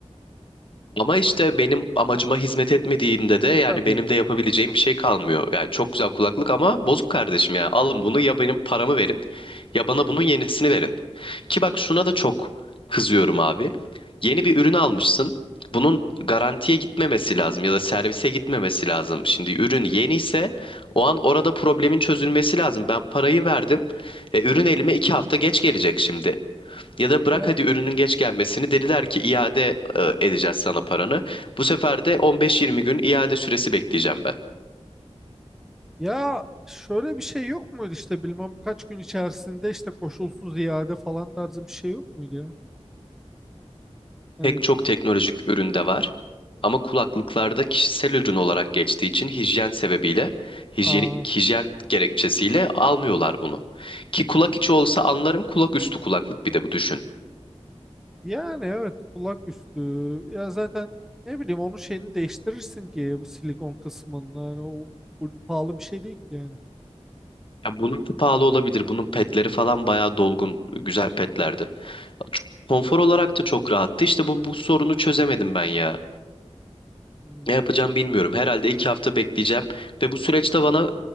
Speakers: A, on the left; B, in the centre.
A: Ama işte benim amacıma hizmet etmediğinde de yani
B: E tabii
A: benim de yapabileceğim
B: tabii.
A: bir şey kalmıyor. Yani çok güzel kulaklık ama bozuk kardeşim yani alın bunu ya benim paramı verin ya bana bunun yenisini verin. Ki bak şuna da çok kızıyorum abi. Yeni bir ürün almışsın. Bunun garantiye gitmemesi lazım ya da servise gitmemesi lazım. Şimdi ürün yeni ise o an orada problemin çözülmesi lazım. Ben parayı verdim. E, ürün elime iki hafta geç gelecek şimdi. Ya da bırak
B: Ya
A: hadi ürünün geç gelmesini dediler ki iade e, edeceğiz sana paranı. Bu sefer de 15-20 gün iade süresi bekleyeceğim ben.
B: Ya şöyle bir şey yok muydu işte bilmem kaç gün içerisinde işte koşulsuz iade falan tarzı bir şey yok muydu ya? Hani
A: Pek çok teknolojik üründe var. Ama kulaklıklarda kişisel ürün olarak geçtiği için hijyen sebebiyle, hijyenik
B: aa,
A: hijyen gerekçesiyle almıyorlar bunu. Ki kulak içi olsa anlarım kulak üstü kulaklık bir de bu düşün.
B: yani evet kulak üstü ya zaten ne bileyim onun şeyini değiştirirsin ki bu silikon kısmında yani o, bu pahalı bir şey değil ki yani.
A: Ya bununki pahalı olabilir. Bunun pedleri falan bayağı dolgun, güzel pedlerdi. Konfor olarak da çok rahattı. İşte bu, bu sorunu çözemedim ben ya.
B: Hmm.
A: Ne yapacağım bilmiyorum. Herhalde iki hafta bekleyeceğim ve bu süreçte bana